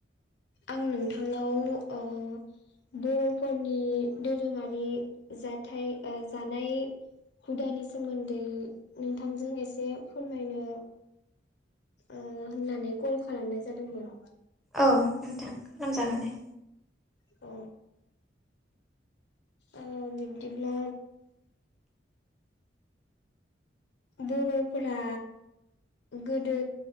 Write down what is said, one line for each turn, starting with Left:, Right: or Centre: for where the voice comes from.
Left: आं नोंथांनाव ओ बर'फोरनि दोरोङारि जाथाय जानाय हुदानि सोमोन्दै नोंथांजों एसे फोरमायनो ओ होननानै कल खालामनाय जादोंमोन
Centre: औ नोंथां खालामजागोन दे
Left: अ ओ बिबदिब्ला बर'फोरा गोदो